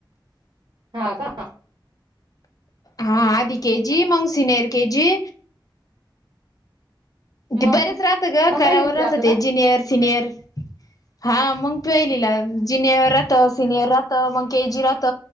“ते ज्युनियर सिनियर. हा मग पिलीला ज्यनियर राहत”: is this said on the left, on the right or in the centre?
Left